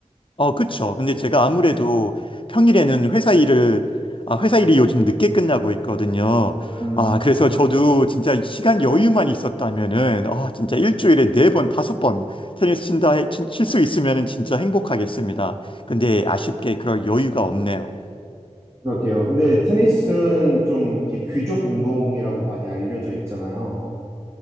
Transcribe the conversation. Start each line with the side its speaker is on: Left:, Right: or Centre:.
Left: 어, 그쵸. 근데 제가 아무래도 평일에는 회사 일을, 아, 회사 일이 요즘 늦게 끝나고 있거든요.
Right: 음,
Left: 아, 그래서 저도 진짜 시간 여유만 있었다면은, 아, 진짜 일주일에 네 번, 다섯 번 테니스 친다, 칠 수 있으면은 진짜 행복하겠습니다. 근데 아쉽게 그럴 여유가 없네요.
Right: 그럴게요. 근데 테니스는 좀 이렇게 귀족 운동이라고 많이 알려져 있잖아요.